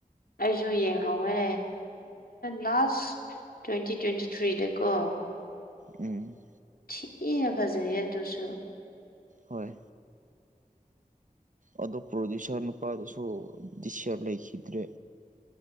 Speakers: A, on the left; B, on the right.
A: ꯑꯩꯁꯨ ꯌꯦꯡꯍꯧꯋꯦ ꯂꯥꯁ ꯇ꯭ꯋꯦꯟꯇꯤ ꯇ꯭ꯋꯦꯟꯇꯤ ꯊ꯭ꯔꯤꯗ ꯀꯣ
B: ꯎꯝ
A: ꯊꯤꯅ ꯐꯖꯩꯌꯦ ꯑꯗꯨꯁꯨ
B: ꯍꯣꯏ ꯑꯗꯣ ꯄ꯭ꯔꯣꯗꯨꯁꯔ ꯅꯄꯗꯨꯁꯨ <unintelligible> ꯂꯩꯈꯤꯗ꯭ꯔꯦ